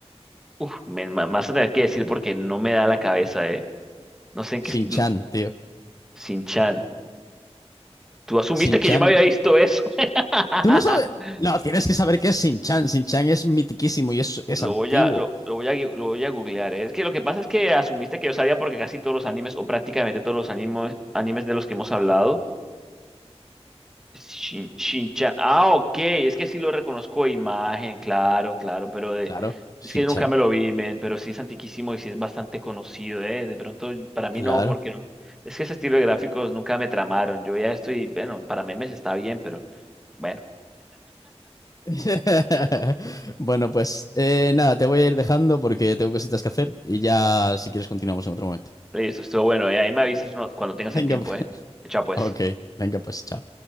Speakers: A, in the centre; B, on the left (about 35°).
A: Uf, me, me vas a tener que decir porque no me da la cabeza, eh. No sé en
B: Shin-chan,
A: qué. es- no,
B: tío.
A: Sin Chan. Tú asumiste
B: Shin-chan.
A: que yo me había visto eso. <laughs>
B: ¿Tú no sabes? No, tienes que saber qué es Shin-chan. Shin-chan es mitiquísimo y es, es
A: Lo
B: antiguo.
A: voy a, lo, lo voy a, gui- lo voy a googlear, eh. Es que lo que pasa es que asumiste que yo sabía porque casi todos los animes, o prácticamente todos los animes, animes de los que hemos hablado. Shin, Shin-chan. Ah, ok. Es que sí lo reconozco de imagen, claro, claro, pero de...
B: Claro, Shin-chan.
A: es que yo nunca me lo vi, men, pero sí es antiquísimo y sí es bastante conocido, ¿eh? De pronto, para mí
B: Claro.
A: no, porque no. Es que ese estilo de gráficos nunca me tramaron. Yo ya estoy, bueno, para memes está bien, pero bueno,
B: <laughs> Bueno, pues eh, nada, te voy a ir dejando porque tengo cositas que hacer y ya si quieres continuamos en otro momento.
A: listo, estuvo bueno, ¿eh? Ahí me avisas uno- cuando tengas
B: Venga,
A: el tiempo,
B: pues, <laughs>
A: ¿eh? Chao, pues.
B: ok, venga, pues chao.